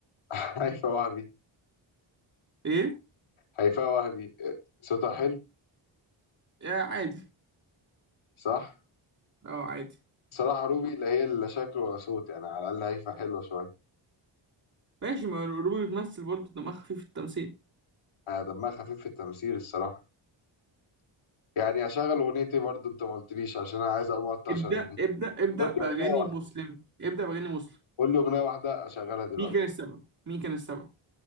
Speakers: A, on the left (about 85°); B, on the right (about 35°).
A: <laughs> هيفا وهبي
B: ايه
A: هيفا وهبي صوتها حلو
B: آه، عادي
A: صح
B: اه عادي
A: صراحة روبي لا هي لا شكل ولا صوت يعني على الأقل هيفا حلوة شوية
B: ماشي ما روبي بتمثل برضه دماغها خفيف في التمثيل
A: آه، دمها خفيف في التمثيل الصراحة يعني أشغل أغنيتي برضه أنت ما قلتليش عشان أنا عايز أقوم أقطع
B: ابدأ
A: شغلتي
B: ابدأ ابدأ
A: قول لي
B: بأغاني
A: أغنية واحدة
B: مسلم ابدأ بأغاني مسلم
A: قول لي أغنية واحدة أشغلها دلوقتي
B: مين كان السبب مين كان السبب